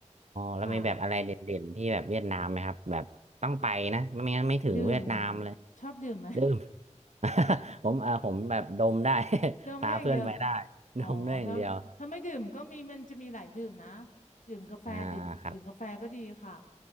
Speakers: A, on the right; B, on the left.
A: แล้วมีแบบอะไรเด่นๆที่แบบเวียดนามไหมครับแบบต้องไปนะไม่งั้นไม่ถึงเวียดนามเลย
B: ค่ะดื่มชอบดื่มไหม
A: ดื่ม <laughs> ผมเอ่าผมแบบดมได้
B: <laughs>
A: <laughs>
B: ดื่มได้อย่างเดียว
A: พาเพื่อนไปได้
B: อ๋อถ้าถ้าไม่ดื่มก็มีมันจะมีหลายดื่มนะ
A: ดมได้อย่างเดียว
B: ดื่มกาแฟดื่มดื่มกาแฟก็ดีค่ะ
A: อ่าครับ